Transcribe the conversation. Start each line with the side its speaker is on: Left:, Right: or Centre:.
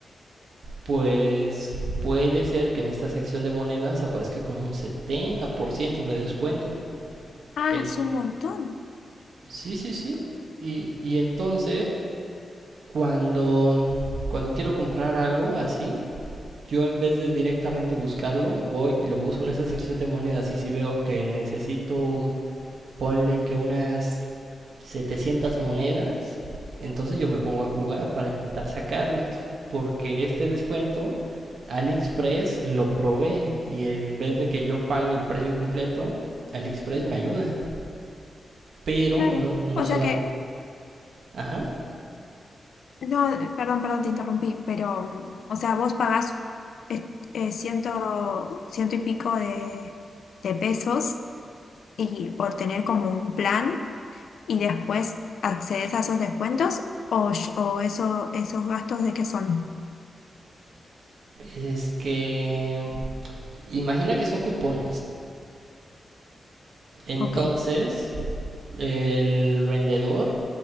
Right: pues puede ser que en esta sección de monedas aparezca con un 70% de descuento
Left: Ah,
Right: en...
Left: es un montón,
Right: sí sí sí y, y entonces cuando cuando quiero comprar algo así yo en vez de directamente buscarlo voy lo busco en esa sección de monedas y si veo que necesito ponle que unas 700 monedas, entonces yo me pongo a jugar para intentar sacarlas, porque este descuento AliExpress lo provee y en vez de que yo pague el precio completo, AliExpress me ayuda, pero
Left: claro.
Right: no no
Left: O
Right: solamente,
Left: sea que,
Right: ajá,
Left: no, eh, perdón, perdón, te interrumpí, pero, o sea, vos pagás eh, eh, ciento, ciento y pico de, de pesos y por tener como un plan y después accedes a esos descuentos o, sh- o eso, esos gastos de qué son.
Right: es que imagina que son cupones. Entonces,
Left: Ok,
Right: el vendedor